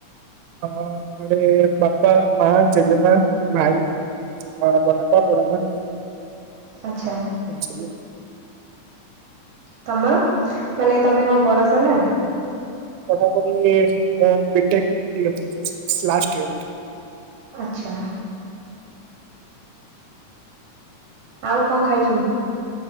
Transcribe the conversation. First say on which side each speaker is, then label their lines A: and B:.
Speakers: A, on the right (about 85°); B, on the right (about 65°).
A: ଅ ଘରେ ବାପା ମା ଜେଜେମା ଭାଇ ହଁ ପଡପା ପଡମା
B: ଆଚ୍ଛା
A: <unintelligible>
B: ତମର ମାନେ ତମେ କଣ ପଢ଼ା ସଇଲାଣି?
A: ପଢାପଢ଼ି ଏ ମୁଁ ବିଟେକ୍ ଲାଷ୍ଟ ଇଅର୍
B: ଆଚ୍ଛା ଆଉ କଣ ଖାଇଛନ୍ତି?